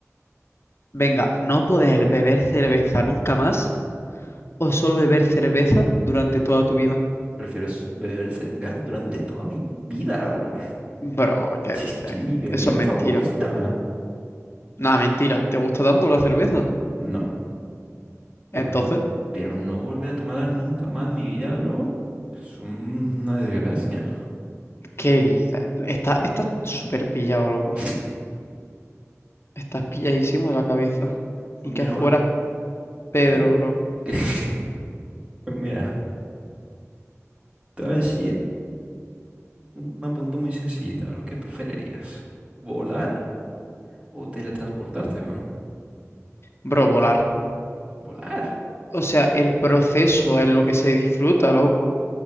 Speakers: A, on the left (about 50°); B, on the right (about 20°).
A: Venga, no poder beber cerveza nunca más o solo beber cerveza durante toda tu vida.
B: Prefiero s- beber cerveza durante toda mi vida, bro.
A: Bro, ¿qué
B: Si
A: dices?
B: es que mi bebida
A: Eso es mentira.
B: favorita.
A: Nada, mentira. ¿Te gusta tanto la cerveza?
B: No. Pero,
A: Entonces,
B: n- pero no volver a tomarla nunca más en mi vida, bro. Es una desgracia.
A: ¿qué dices? Estás está súper pillado, loco.
B: <laughs>
A: Estás pilladísimo de la cabeza.
B: Pues
A: Ni que
B: mira,
A: fuera
B: una...
A: Pedro,
B: ¿sabes
A: bro.
B: qué? <laughs> Pues mira, te voy a decir un- una pregunta muy sencillita, bro. ¿Qué preferirías? ¿Volar o teletransportarte, weón?
A: Bro, volar.
B: Volar.
A: O sea, el proceso es lo que se disfruta, loco.